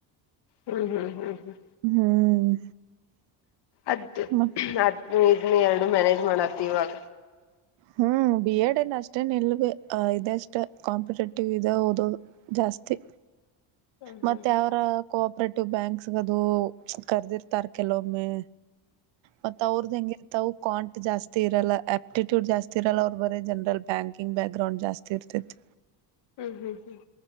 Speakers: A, on the left; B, on the right.
A: ಹ್ಮ್ ಹ್ಮ್ ಹ್ಮ್ ಹ್ಮ್
B: ಹ್ಮ್
A: ಅದ
B: ಮತ್
A: ಅದ್ ಇದ್ನ್ನ ಮ್ಯಾನೇಜ್ ಮಾಡತ್ತ ಇವಾಗ
B: ಹ್ಮ್ ಬಿ ಎಡ್ ನ್ ಅಷ್ಟೇ ನಿಲ್ಬ ಅ ಇದಷ್ಟ ಕಾಂಪಿಟೇಟಿವ್ ಇ ಓದೋದು ಜಾಸ್ತಿ
A: ಹ್ಮ ಹ್ಮ್
B: ಮತ್ತೆ ಅವರ ಕೋಆಪ್ರೇಟಿವ್ ಬ್ಯಾಂಕ್ಸ್ ದು ಕರ್ದಿರ್ತಾರ ಕೆಲವೊಮ್ಮೆ ಮತ್ತ ಅವ್ರದ ಹೆಂಗಿರ್ತವು ಕಾಟ್ ಜಾಸ್ತಿ ಇರಲ್ಲ. ಆಪ್ಟಿಟ್ಯೂಡ್ ಜಾಸ್ತಿ ಇರಲ್ಲ ಅವರು ಬರಿ ಜನರಲ್ ಬ್ಯಾಂಕಿಂಗ್ ಬ್ಯಾಕ್ ಗ್ರೌಂಡ್ ಜಾಸ್ತಿ ಇರ್ತಿತಿ.
A: ಹ್ಮ್ ಹ್ಮ್ ಹ್ಮ್